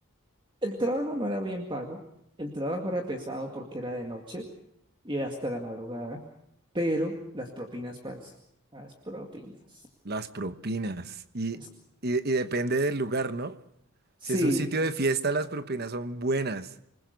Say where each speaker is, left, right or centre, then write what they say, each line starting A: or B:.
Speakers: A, on the right (about 20°); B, on the right (about 45°).
A: El trabajo no era bien pago. El trabajo era pesado porque era de noche y hasta la madrugada. Pero las propinas, parce. Las propinas.
B: Las propinas. Y,
A: Es-
B: y, y depende del lugar, ¿no?
A: Sí,
B: Si es un sitio de fiesta, las propinas son buenas.